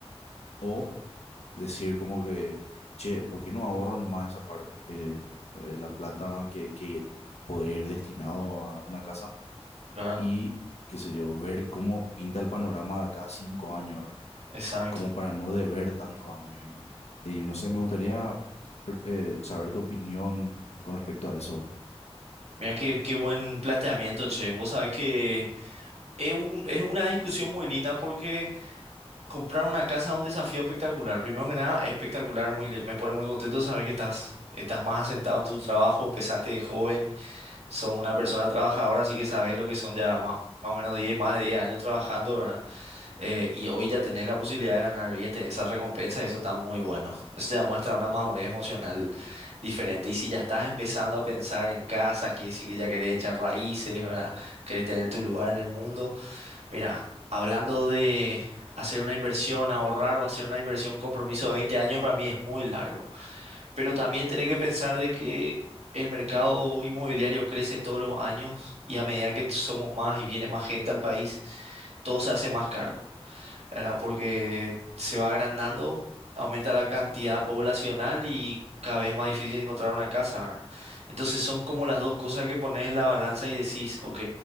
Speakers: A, on the left; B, on the right.
A: ¿O decir como que, che, ¿por qué no ahorro nomás esa parte? eh, eh, la plata que, que podría ir destinado a una casa
B: Claro,
A: y, qué sé yo, ver cómo pinta el panorama de acá a cinco años, ¿verdad?
B: exacto.
A: Como para no deber tantos años. Y, y no sé, me gustaría pr- eh, saber tu opinión con respecto a eso.
B: Mira qué, qué buen planteamiento, che. Vos sabés que es un- es una discusión muy linda porque comprar una casa es un desafío espectacular. Primero que nada, es espectacular, muy, li- me pone muy contento saber que estás, estás más asentado en tu trabajo, empezaste de joven, sos una persona trabajadora, así que sabés lo que son ya más, más o menos 10, más de 10 años trabajando, ¿verdad? Eh, y hoy ya tenés la posibilidad de ganar bien, tenés esa recompensa, eso está muy bueno. Eso ya muestra una madurez emocional diferente. Y si ya estás empezando a pensar en casa, quiere decir que si ya querés echar raíces, ¿verdad? Querés tener tu lugar en el mundo. Mira, hablando de hacer una inversión, ahorrar o hacer una inversión, un compromiso de 20 años, para mí es muy largo. Pero también tenés que pensar de que el mercado inmobiliario crece todos los años y a medida que somos más y viene más gente al país, todo se hace más caro. ¿verdad? Porque se va agrandando, aumenta la cantidad poblacional y cada vez más difícil encontrar una casa, ¿verdad? Entonces son como las dos cosas que pones en la balanza y decís, ok,